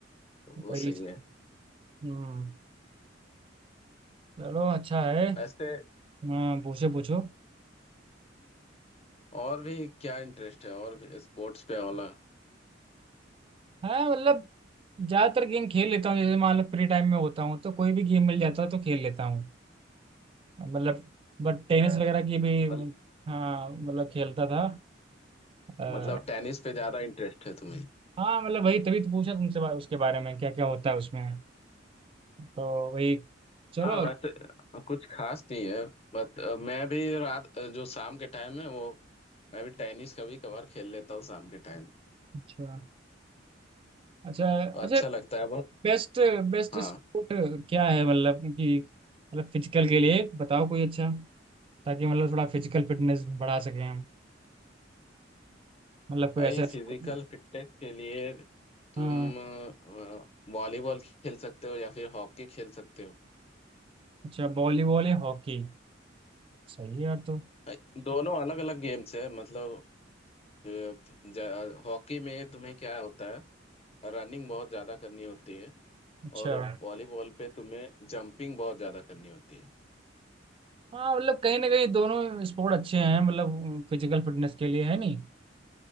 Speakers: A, on the left (about 35°); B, on the right (about 30°).
A: तो वो
B: वही
A: सही
B: चीज़।
A: है
B: हम्म चलो अच्छा है
A: वैसे
B: हाँ पूछो पूछो
A: और भी क्या इंटरेस्ट है और भी स्पोर्ट्स पे वाला
B: हाँ मतलब ज्यादातर गेम खेल लेता हूँ जैसे मान लो फ्री टाइम में होता हूँ तो कोई भी गेम मिल जाता है तो खेल लेता हूँ मतलब बट टेनिस है वगैरह की भी
A: अच्छा,
B: हाँ मतलब खेलता था अ,
A: मतलब टेनिस पे ज्यादा इंटरेस्ट है तुम्हें
B: हाँ मतलब वही तभी तो पूछा तुमसे बा- उसके बारे में क्या क्या होता है उसमें तो वही चलो
A: हाँ वैसे अ, कुछ खास नहीं है बट अ, मैं भी रात अ, जो शाम के टाइम है वो मैं भी टेनिस कभी कभार खेल लेता हूँ शाम के टाइम
B: अच्छा अच्छा अच्छा
A: तो अच्छा लगता है बहुत
B: बेस्ट बेस्ट
A: हाँ
B: स्पोर्ट क्या है मतलब कि मतलब फिजिकल के लिए बताओ कोई अच्छा ताकि मतलब थोड़ा फिजिकल फिटनेस बढ़ा सकें हम मतलब कोई
A: भाई
B: ऐसा sport-
A: फिजिकल फिटनेस के लिए तुम
B: हाँ
A: अ, वॉलीबॉल खेल सकते हो या फिर हॉकी खेल सकते हो
B: अच्छा वॉलीबॉल या हॉकी सही है यार तो
A: भाई, दोनों अलग अलग गेम्स है मतलब अ, ज- हॉकी में तुम्हें क्या होता है रनिंग बहुत ज्यादा करनी होती है
B: अच्छा
A: और वॉलीबॉल पे तुम्हें जंपिंग बहुत ज्यादा करनी होती है
B: हाँ मतलब कहीं ना कहीं दोनों स्पोर्ट अच्छे हैं मतलब फिजिकल फिटनेस के लिए है नहीं